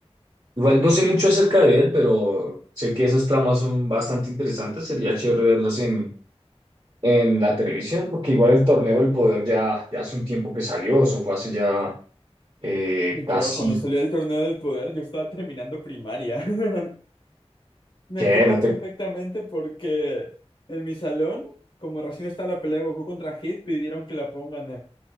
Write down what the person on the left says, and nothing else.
Lloró
cuando salió del torneo del poder, yo estaba terminando primaria. <laughs> Me
acuerdo
perfectamente porque en mi salón, como recién estaba la pelea de Goku contra Hit, pidieron que la pongan en-